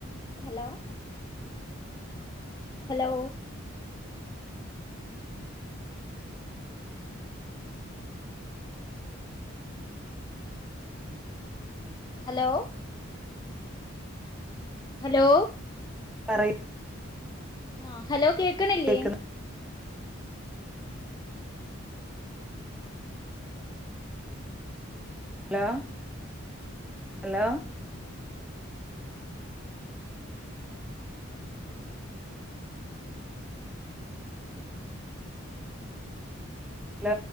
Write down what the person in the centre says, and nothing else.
പറയു
കേക്കുന്നു ഹലോ ഹലോ ഹലോ